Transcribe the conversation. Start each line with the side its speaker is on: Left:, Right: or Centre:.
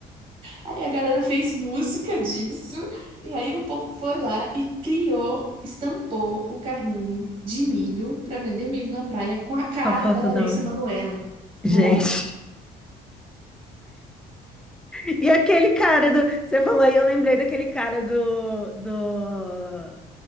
Right: Aí a galera fez música disso, e aí o povo foi lá e criou, estampou o carrinho de milho para vender milho na praia com a cara
Centre: com a foto
Right: da Larissa
Centre: da outra.
Right: Manoela.
Centre: Gente,
Right: Bom,
Centre: <laughs> e aquele cara do. Você falou aí, eu lembrei daquele cara do. do